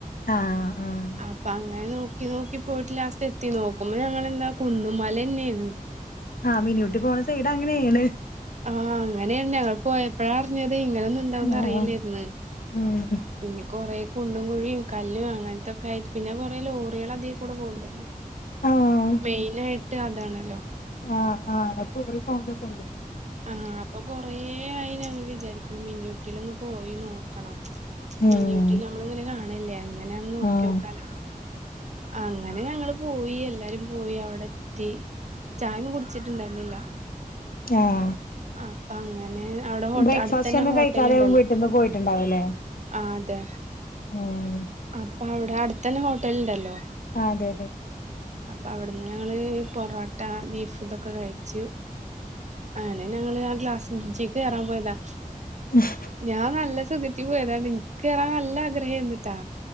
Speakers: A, on the left (about 75°); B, on the right (about 50°).
A: ആഹ് ആഹ്
B: അപ്പഅങ്ങനെ നോക്കി നോക്കി പോയിട്ട്ലാസ്റ്റ്എത്തി നോക്കുമ്പോ ഞങ്ങെന്താ കുന്നും മലെന്നെണ്
A: ആഹ് മിനിയൂട്ടിപോണ സെയ്‌ഡ് അങ്ങനെണ്.
B: ആഹ് അങ്ങനെണ് ഞങ്ങൾ പോയപ്പോഴാഅറിഞ്ഞത് ഇങ്ങനെ ഒന്നുംഇണ്ടാവുംന്ന്
A: ആഹ്
B: അറിയില്ലാര്ന്ന്
A: ഉം
B: പിന്നെ കൊറേ കുണ്ടുംകുഴിയും കല്ലും അങ്ങൻത്തൊക്കെആയിട്ട് പിന്നെ കൊറെലോറികൾ അതീകൂടെ പോവ്ണ്ടല്ലോ?.
A: ആഹ്
B: മെയ്നായിട്ട് അതാണല്ലോ?
A: ആഹ് ആടെ കോറിപോകുന്നൊക്കെണ്ട്.
B: ആഹ് അപ്പൊകൊറെയായി ഞങ്ങൾ വിചാരിക്കണ് മിനി ഊട്ടിലൊന്ന് പോയി നോക്കണം.
A: ഉം
B: മിനിയൂട്ടി നമ്മളിങ്ങനെ കാണല്ലേ എങ്ങനെന്ന് നോക്കിയോക്കാന.
A: ആഹ്
B: അങ്ങനെ ഞങ്ങള്പോയി എല്ലാരും പോയിഅവിടെ എത്തി. ചായൊന്നും കുടിച്ചിട്ടുണ്ടായിര് ന്നില്ല.
A: ആഹ്
B: അപ്പങ്ങനെ അവിടെ ഹോഅടുത്തെന്നെ
A: ബ്രേക്ക്ഫാസ്റ്റ് ഒന്നും
B: ഹോട്ടല്ണ്ടല്ലോ?
A: കഴിക്കാതെ വീട്ടിന്ന് പോയിട്ടുണ്ടാവല്ലേ
B: ആ അതെ.
A: ഉം
B: അപ്പവ്ടെ അ ടുതെന്നെ ഹോട്ടല്ണ്ടല്ലോ?
A: അതെ, തെ
B: അപ്പവ്ട്ന്ന് ഞങ്ങള് പൊറോട്ടബീഫ് തൊക്കെ കഴിച്ചു. അങ്ങനെ ഞങ്ങള് ആഗ്ലാസ് ബ്രിഡ്ജ്ക്ക് കെയറാൻപോയതാ.
A: <unintelligible>
B: ഞാൻ നല്ലെസുഖത്തി പോയത ഇൻക്കേറാൻ നല്ലആഗ്രഹെന്നൂട്ടാ